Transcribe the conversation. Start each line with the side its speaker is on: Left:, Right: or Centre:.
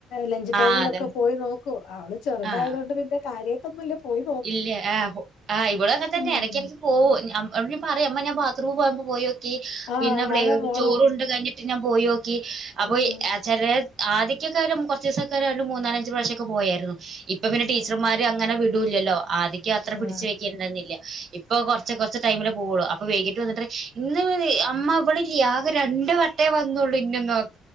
Left: ലഞ്ച് ടൈമിലൊക്കെ
Right: ആഹ് അതാണ്
Left: പോയി നോക്കു അവള് ചെറുതായതുകൊണ്ട്
Right: ആഹ്
Left: പിന്നെ കാര്യ പ്പെന്നുല്ല പോയി നൊ
Right: ഇല്ല ആഹ് ആഹ് ഇവിള് അങ്ങെനെ തന്നെയാ
Left: ഉം
Right: ഇടക്ക് ഇടക്ക് പോകും നമ്മ അവര് പറയും അമ്മ ഞാൻ ബാത്‌റൂമിൽ പോയപ്പോ പോയി നോക്കി
Left: ആഹ്
Right: പിന്നെ ബ്ലെ
Left: അതാ മോളും
Right: ചോറുണ്ട് കഴിഞ്ഞ് ട്ട് ഞാൻ പോയി നോക്കി അപ്പൊ
Left: ഉം
Right: ഹെ ചിലെ ആദ്യക്കെക്കാരു കുറച്ചിസക്കെ രണ്ട് മൂന്നാലഞ്ച് പ്രാവശ്യംക്കെ പോയായിരുന്നു ഇപ്പൊ പിന്നെ
Left: ഉം
Right: ടീച്ചർമാര് അങ്ങനെ വിടൂല്ലല്ലോ ആദ്യക്കം അത്ര
Left: ആഹ്
Right: പിടിച്ചു വെക്കണ്ടന്നില്ല ഇപ്പൊ കൊറച്ച് കുറച്ച് ടൈമില് പോവോളു അപ്പ് അപ്പോ വൈകിട്ട് വന്നിട്ട് പറയും ഇന്ന് അമ്മ ഇവള് യാകെ രണ്ട് വട്ടേ വന്നള്ളു ഇന്നേ നോ